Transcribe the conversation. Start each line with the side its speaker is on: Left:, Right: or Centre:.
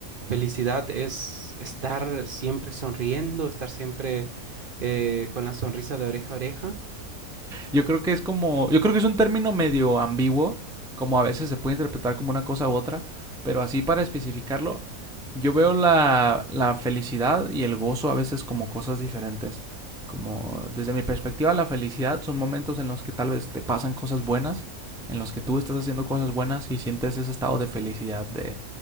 Right: felicidad es estar siempre sonriendo, estar siempre eh, con la sonrisa de oreja a oreja?
Centre: Yo creo que es como, yo creo que es un término medio ambiguo, como a veces se puede interpretar como una cosa u otra, pero así para especificarlo, yo veo la, la felicidad y el gozo a veces como cosas diferentes. Como desde mi perspectiva, la felicidad son momentos en los que tal vez te pasan cosas buenas, en los que tú estás haciendo cosas buenas y sientes ese estado de felicidad, de,